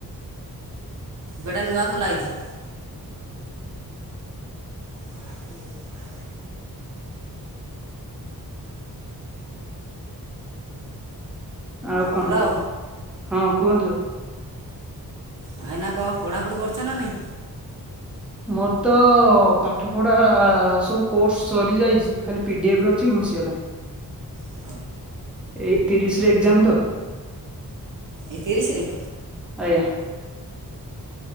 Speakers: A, on the right; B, in the centre.
A: ବେଡ଼ା ନୂଆ ଖଲାାଇଛି <unintelligible>
B: ଆଉ କଣ
A: ହ୍ୟାଲୋ
B: କୁହନ୍ତୁ, ହଁ କୁହନ୍ତୁ।
A: ଆାଇଁନା କଣ ପଢାପଢି କରୁଛ ନା ନାଇଁ?
B: ମୋର ତ-ଅ-ଅ-ଅ ପାଠ ପଢା-ଆ-ଆ-ଆ ସବୁ କୋର୍ସ ସରି ଯାଇଛି। ଖାଲି ପି ଡି ଏଫ୍ ଅଛି ଘୋଷିବା ପାଇଁ।
A: ହୁଁ
B: ଏଇ ତିରିଶ ରେ ଏକ୍ଜାମ ତ।
A: ଏଇ ତିରିଶିରେ?
B: ଆଜ୍ଞା।